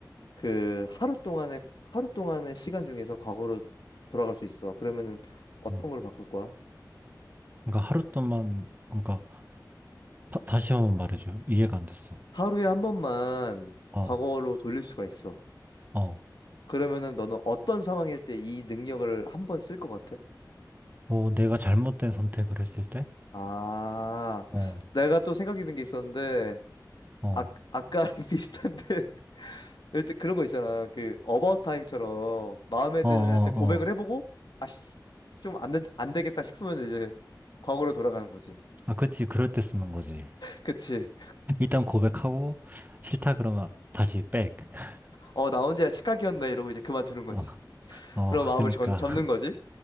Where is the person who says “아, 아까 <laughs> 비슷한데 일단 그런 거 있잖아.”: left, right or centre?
Left